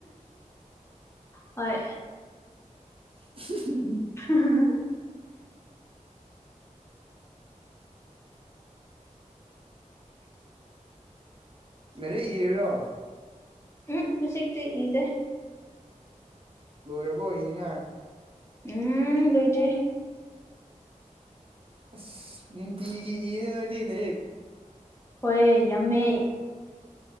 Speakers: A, on the left; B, on the right.
A: ꯍꯣꯏ
B: <unintelligible>
A: ꯎ
B: <inaudible> ꯃꯅꯦ ꯏꯔꯔꯣ
A: ꯎꯝ ꯍꯖꯤꯛꯇꯗꯤ ꯏꯗꯦ
B: ꯂꯣꯏꯔꯕ ꯏꯅꯤꯉ
A: ꯎꯝ ꯂꯣꯏꯇꯦ
B: ꯑꯁ ꯤ ꯌꯦꯅꯦ ꯅꯣ ꯏꯗꯔꯤ
A: ꯍꯣꯏ ꯌꯥꯝꯃꯦ